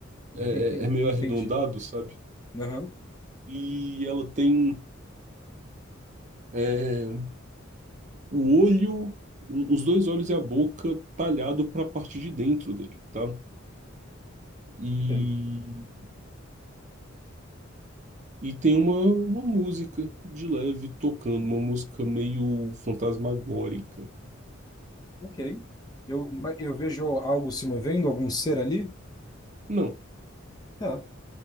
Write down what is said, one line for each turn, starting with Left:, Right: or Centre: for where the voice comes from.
Left: <laughs>
Right: é, é- é meio arredondado,
Left: Entendi.
Right: sabe?
Left: Aham.
Right: E ela tem é, o olho, o- os dois olhos e a boca talhado para a parte de dentro dele, tá? E,
Left: Ok.
Right: e tem uma, uma música de leve tocando, uma música meio fantasmagórica.
Left: Ok. Eu, ma- eu vejo algo se movendo, algum ser ali?
Right: Não.
Left: Tá.